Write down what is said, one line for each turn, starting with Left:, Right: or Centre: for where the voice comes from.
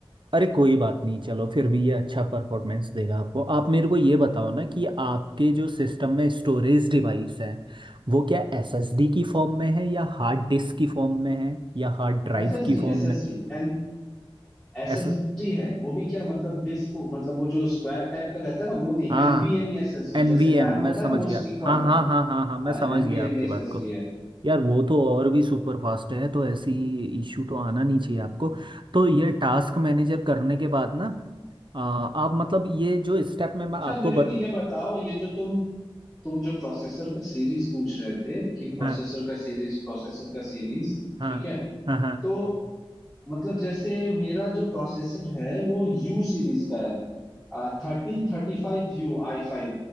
Right: अरे कोई बात नहीं चलो फिर भी ये अच्छा परफॉर्मेंस देगा आपको आप मेरे को ये बताओ ना कि आपके जो सिस्टम में स्टोरेज डिवाइस है वो क्या एसएसडी की फॉर्म में है या हार्ड डिस्क की फॉर्म में है या हार्ड ड्राइव
Centre: एस एस
Right: की
Centre: डी
Right: फॉर्म
Centre: S
Right: में
Centre: S D N S
Right: एस
Centre: S D है वो भी क्या मतलब डिस्क मतलब वो जो स्क्वायर टाइप का रहता है ना वो नहीं
Right: हाँ
Centre: एनवीएमई एस एस
Right: एनवीएम
Centre: डी जैसे रैम
Right: मैं
Centre: होता
Right: समझ
Centre: है ना वो
Right: गया
Centre: स्टिक
Right: हाँ
Centre: वाले
Right: हाँ हाँ हाँ हाँ मैं
Centre: हाँ
Right: समझ
Centre: एनवीएमई
Right: गया आपकी बात
Centre: एस एस
Right: को
Centre: डी है
Right: यार वो तो और भी सुपर फास्ट है तो ऐसी इश्यू तो आना नहीं चाहिए आपको तो ये टास्क मैनेजर करने के बाद ना आ, आप मतलब ये जो स्टेप में मैं
Centre: अच्छा
Right: आपको
Centre: मेरे
Right: बता
Centre: को ये बताओ ये जो तुम तुम जो प्रोसेसर का सीरीज पूछ रहे थे कि प्रोसेसर
Right: हाँ,
Centre: का सीरीज प्रोसेसर का सीरीज
Right: हाँ
Centre: ठीक है
Right: हाँ हाँ
Centre: तो मतलब जैसे मेरा जो प्रोसेसर है वो यू सीरीज का है थर्टीन थर्टी फाइव यू आई फाइव